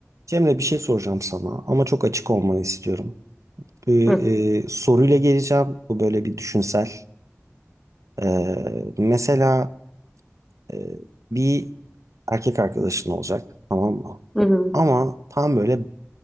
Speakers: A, on the right; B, in the centre.
A: Cemre bir şey soracağım sana ama çok açık olmanı istiyorum. Bu e,
B: Hı,
A: soruyla geleceğim. Bu böyle bir düşünsel. E, mesela e, bir erkek arkadaşın olacak tamam mı?
B: hı, hı.
A: Ama tam böyle